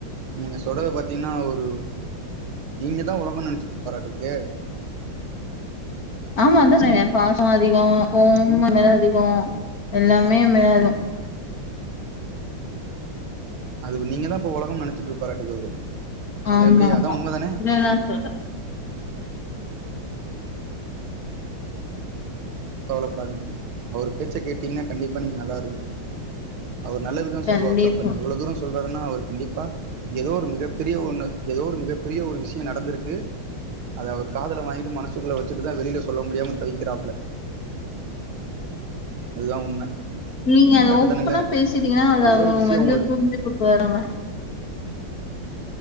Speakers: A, on the right (about 80°); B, on the left (about 50°).
A: நீங்க சொல்றத பாத் பாத்தீங்கன்னா ஒரு நீங்க தா உலகம்ன்னு நெனைச்சிட்டு இருப்பாராட்டுக்கு
B: ஆமா அதா சொன்னே பாசோ அதிகோ கோவமு
A: ம்
B: மேல அதிகோ எல்லாமே மேலு
A: அதுக்கு நீங்க தா இப்ப ஒலகம்னு நெனைச்சிட்ருப்பாரட்டுக்கு அவரு
B: ஆமா
A: மறுபடியு
B: ஆமா
A: அதா உண்மதான
B: இல்லல்லா சொல்ல
A: கவலப்படாதீங்க அவரு பேச்ச கேட்டீங்கன்னா கண்டிப்பா நீங்க நல்லா வருவீங்க அவரு நல்லதுக்கு தா
B: கண்டிப்பா
A: சொல்லுவாப்ல அப்ப நீங்க இவ்ளோ தூரோ சொல்ற அப்பன்னா அவரு கண்டிப்பா ஏதோ ஒரு மிகப்பெரிய ஒன்னு ஏதோ ஒரு மிகப்பெரிய ஒரு விஷயோ நடந்திருக்கு அத அவர் காதுல வாங்கீட்டு மனசுக்குள்ள வச்சுட்டுதா வெளில சொல்ல முடியாம தவிக்கிறாப்ல அதுதா உண்ம
B: நீங்க அத
A: கரெக்ட்டு
B: ஓப்பனா
A: தானுங்களே
B: பேசிட்டீங்கன்னா
A: அவர்
B: அத
A: ஏதோ
B: அவங்க
A: ஒரு விஷயோ
B: வந்து
A: உங்கள்
B: புரிஞ்சிக்க போறாங்க